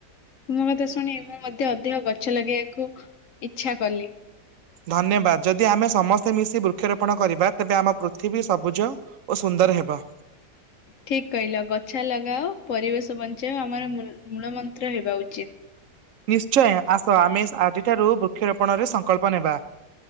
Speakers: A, on the left; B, on the right.
A: ତୁମ କଥା ଶୁଣି ମୁଁ ମଧ୍ୟ ଅଧିକ ଗଛ ଲଗେଇବାକୁ ଇଚ୍ଛା କଲି।
B: ଧନ୍ୟବାଦ ଯଦି ଆମେ ସମସ୍ତେ ମିଶି ବୃକ୍ଷରୋପଣ କରିବା ତେବେ ଆମ ପୃଥିବୀ ସବୁଜ ଓ ସୁନ୍ଦର ହେବ।
A: ଠିକ୍ କହିଲ, ଗଛା ଲଗାଅ ପରିବେଶ ବଞ୍ଚାଅ। ଆମର ମୁଲ ମୂଳ ମନ୍ତ୍ର ହେବା ଉଚିତ।
B: ନିଶ୍ଚୟ ଆସ ଆମେ ଆଜିଠାରୁ ବୃକ୍ଷରୋପଣରେ ସଂକଳ୍ପ ନେବା।